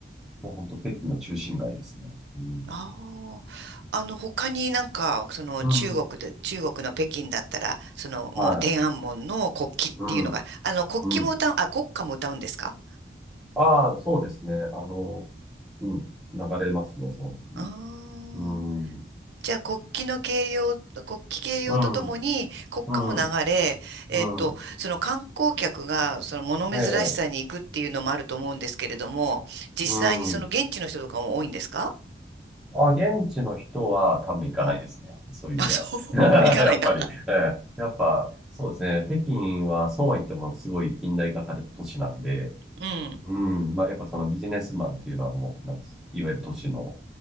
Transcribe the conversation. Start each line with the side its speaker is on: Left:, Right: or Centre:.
Centre: もう本当北京の中心街ですね。うん。
Right: ああ。あの、他になんか、その中国で、
Centre: うん。
Right: 中国の北京だったら、そのもう天安門の国旗っていうのが、
Centre: はい。うん。
Right: あの、国旗も歌う、
Centre: うん。
Right: あ、国歌も歌うんですか
Centre: ああ、そうですね。あの、うん。流れますね、その時に。
Right: ああ。
Centre: うん。
Right: じゃあ国旗の掲揚、国旗掲揚とともに国歌も流れ、
Centre: うん。うん。
Right: えっと、
Centre: うん。
Right: その観光客がその物珍しさに行くっていうのもあると思うんですけれども、
Centre: ええ。
Right: 実際にその現地の人とかも多いんですか
Centre: うん。あ、現地の人は多分行かないですね。
Right: うん。
Centre: そういう意味では。
Right: あ、そう、
Centre: <laughs>
Right: <laughs> 行かないんだ。
Centre: やっぱり、ええ、やっぱ、そうですね。北京はそうは言ってもすごい近代化された都市なんで、
Right: うん。
Centre: うん。まあ、やっぱそのビジネスマンっていうのはもう、なんていうんですかいわゆる都市の、